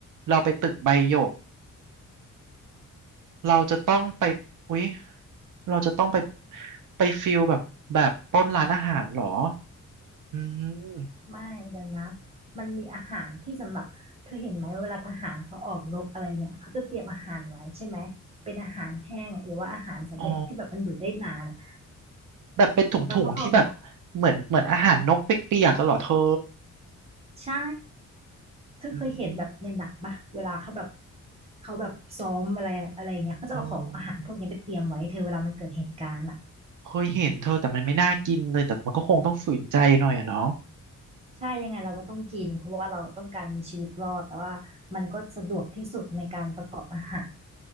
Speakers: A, on the right; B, on the right.
A: เราไปตึกใบหยก เราจะต้องไปอุ๊ยเราจะต้องไปไปฟิลแบบแบบปล้นร้านอาหารเหรออืม
B: ไม่เดี๋ยวนะ มันมีอาหารที่สำหรับเธอเห็นไหมเวลาทหารเขาออกรบอะไรเนี่ยเขาจะเตรียมอาหารไว้ใช่ไหมเป็นอาหารแห้งหรือว่าอาหารสำเร็จที่แบบมันอยู่ได้นานอะ
A: อ๋อแบบเป็นถุงๆที่แบบ
B: เราต้องเอาแบบ
A: เหมือนเหมือนอาหารนกเปียกๆกันเหรอเธอ
B: ใช่เธอเคยเห็นแบบในหนังปะเวลาเขาแบบ
A: อืม
B: เขาแบบซ้อมอะไรอะไรอย่างเงี้ยเขาจะเอาของอาหารพวกนี้ไปเตรียมไว้เธอเวลามันเกิดเหตุการณ์อ่ะ
A: เออเคยเห็นเธอแต่มันไม่น่ากินเลยแต่มันก็คงต้องฝืนใจหน่อยอะเนาะ
B: ใช่ยังไงเราก็ต้องกินเพราะว่าเราต้องการมีชีวิตรอดแต่ว่ามันก็สะดวกที่สุดในการประกอบอาหาร